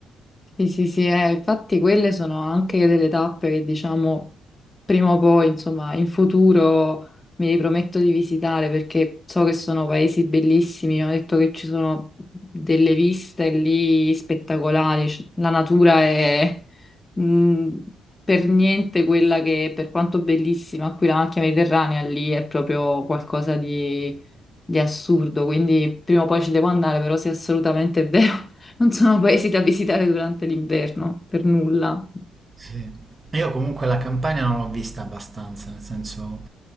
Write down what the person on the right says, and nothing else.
Sì. Io comunque la Campania non l'ho vista abbastanza, nel senso